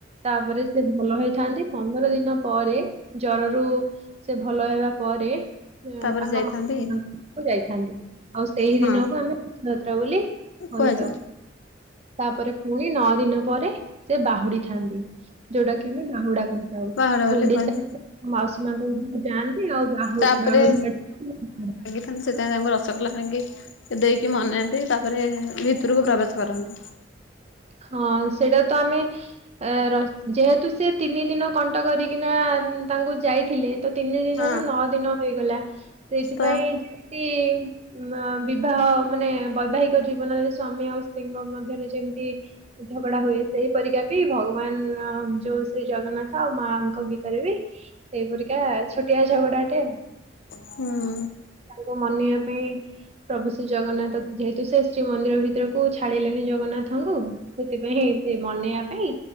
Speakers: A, on the right (about 35°); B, on the left (about 80°).
A: ତାପରେ ସେ ଭଲ ହେଇଥାନ୍ତି। ପନ୍ଦର ଦିନ ପରେ ଜରରୁ ସେ ଭଲ ହେବା ପରେ
B: ତାପରେ
A: ତାଙ୍କ
B: ଯାଇଥାନ୍ତି
A: ମା ଯାଇଥାନ୍ତି ଆଉ ସେଇ
B: ହଁ।
A: ଦିନକୁ ଆମେ ରଥଯାତ୍ରା ବୋଲି
B: କୁହାଯାଏ
A: କହିଥାଉ। ତାପରେ ଫୁଣି ନଅ ଦିନ ପରେ ସେ ବାହୁଡି ଥାନ୍ତି। ଯୋଉଟା କି ଆମେ ବାହୁଡା କହିଥାଉ।
B: ବାହାଡ ବୋଲି
A: ଗୁଣ୍ଡିଚାରେ
B: କୁହାଯାଏ।
A: ସେ ମାଉସୀ ମାଙ୍କ ଘର ଯାଆନ୍ତି ଆଉ ବାହୁ-ବହୁ
B: ତାପରେ
A: <unintelligible>
B: ସେ ତାର <unintelligible> ସେଥିପାଇଁ ତାଙ୍କୁ ରସଗୋଲା ଆଣିକି ଦେଇକି ମନାନ୍ତି। ତାପରେ ଭିତରକୁ ପ୍ରବେଶ କରନ୍ତି।
A: ହଁ ସେଇଟା ତ ଆମେ ଏ ର ଯେହେତୁ ସେ ତିନି ଦିନ କଣ୍ଟ କରିକିନା ତାଙ୍କୁ ଯାଇଥିଲେ। ତିନି ଦିନରୁ
B: ହଁ
A: ନଅ ଦିନ ହୋଇଗଲା। ସେଇଥିପାଇଁ
B: ତ
A: ଯେମିତି ଉଁମା ବିବାହ ମାନେ ବୈବାହିକ ଜୀବନରେ ସ୍ଵାମୀ ଆଉ ସ୍ତ୍ରୀଙ୍କ ମଧ୍ୟରେ ଯେମିତି ଝଗଡା ହୁଏ। ସେଇପରିକା ବି ଭଗବାନ ଯୋଉ ଶ୍ରୀ ଜଗନ୍ନାଥ ଆଉ ମାଙ୍କ ଭିତରେ ବି ସେଇ ପରିକା ଛୋଟିଆ ଝଗଡା ଟେ।
B: ହୁଁ।
A: ତାଙ୍କୁ ମନେଇବା ପାଇଁ ପ୍ରଭୁ ଶ୍ରୀ ଜଗନ୍ନାଥ ଯେହେତୁ ସେ ଶ୍ରୀମନ୍ଦିର ଭିତରକୁ ଛାଡିଲେନି ଜଗନ୍ନାଥଙ୍କୁ ସେଥିପାଇଁ ହିଁସେ ମନେଇବା ପାଇଁ